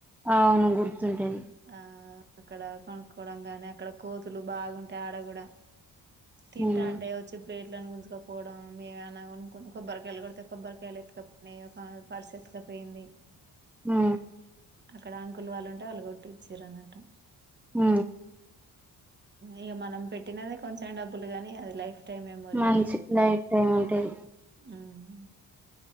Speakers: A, in the centre; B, on the right.
A: అవును గుర్తుంటది
B: ఆ అక్కడా కొనుక్కోడం గాని అక్కడ కోతులు బాగుంటయి ఆడ గుడా తింటాంటే
A: హ్మ్
B: వచ్చి ప్లేట్లులను గుంజుకపోవడం మేము ఏమన్న కొనుకొని కొబ్బర్ కాయల్ కొడితే కొబ్బరికాయల్ ఎత్తుకపోయినయి ఒక ఆమె పర్స్ ఎత్తుకపోయింది.
A: మ్
B: అక్కడ అంకుల్ వాళ్ళు ఉంటే వాళ్ళు కొట్టిచ్చిరన్నట్టు.
A: మ్
B: ఇగ మనం పెట్టినదే కొంచం డబ్బులు గని అది లైఫ్ టైం మెమొరీగా
A: మంచి లైఫ్ టైం ఉంటది.
B: మ్